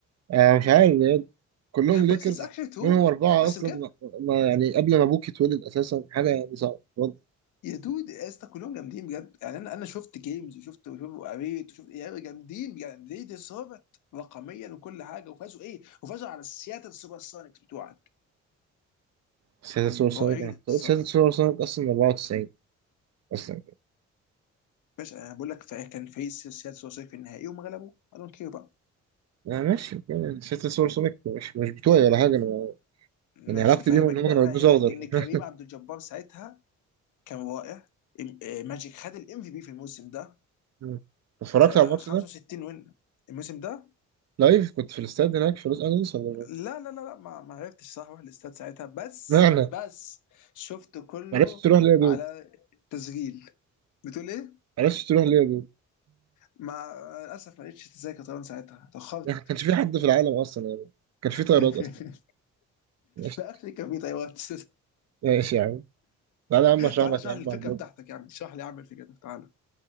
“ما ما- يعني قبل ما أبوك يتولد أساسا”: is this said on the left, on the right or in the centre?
Right